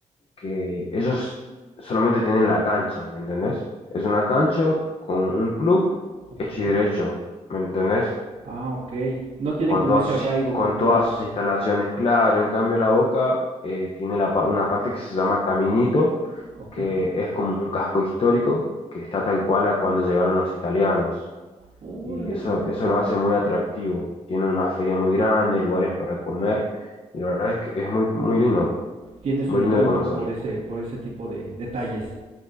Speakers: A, on the left (about 50°); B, on the right (about 70°).
A: que ellos solamente tienen la cancha, ¿me entendés? Es una cancha con un club
B: Ok.
A: hecho y derecho, ¿me entendés?
B: Ah, ok. No tienen
A: Con
B: como
A: todas
B: ese
A: sus,
B: arraigo
A: is- con
B: cultural.
A: todas sus instalaciones, claro. En cambio, La Boca eh, tiene la pa- una parte que se llama Caminito,
B: Ok.
A: que es como un casco histórico, que está tal cual a cuando llegaron los italianos.
B: Órale,
A: y eso,
B: qué bonito.
A: eso lo hace muy atractivo. Tiene una feria muy grande, lugares para comer, y la verdad es que es muy, muy lindo,
B: Tiene su
A: muy
B: encanto
A: lindo de conocer.
B: por ese, por ese tipo de detalles.